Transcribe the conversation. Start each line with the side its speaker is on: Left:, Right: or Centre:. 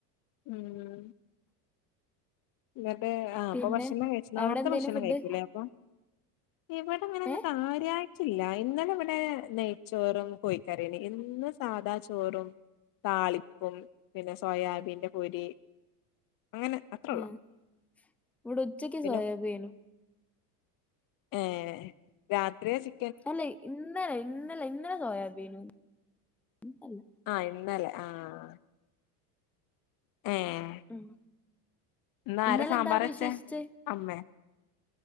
Left: ഉം ഉം എന്നിട്ട് ആഹ്
Centre: പിന്നെ
Left: അപ്പൊ ഭക്ഷണം കഴിച്ചു നാർത്തെ
Centre: അവിടെ എന്തേനു
Left: ഭക്ഷണം
Centre: ഫുഡ്
Left: കഴിക്കും ല്ലേ അപ്പൊ ഇവിടെ അങ്ങനെ ഒന്നും
Centre: ഏഹ്
Left: കാര്യായിട്ട് ഇല്ല ഇന്നലെ ഇവിടെ നെയ്ച്ചോറും കോയി ക്കറിയാണ് എന്നും സാധാ ചോറും താളിപ്പും പിന്നെ സോയാബീന്റെ പൊരി അങ്ങനെ അത്രേ ഒള്ളൂ
Centre: ആഹ് ഇവിടെ ഉച്ചക്ക്
Left: പിന്നെ
Centre: സോയാബീയേനു
Left: ഏഹ് രാത്രിയാ ചി
Centre: അല്ല ഇന്നലെ ഇന്നലെ ഇന്നലെ സോയാബീയേനു ഇന്നല്ല
Left: ആഹ് ഇന്നലെ ആഹ് ഏഹ്
Centre: ഉം
Left: ഇന്ന്
Centre: ഇന്നലെന്താ
Left: ആരാ സാമ്പാർ
Centre: അവിടെ
Left: വെച്ചേ
Centre: വിശേഷിച്ച്
Left: അമ്മേ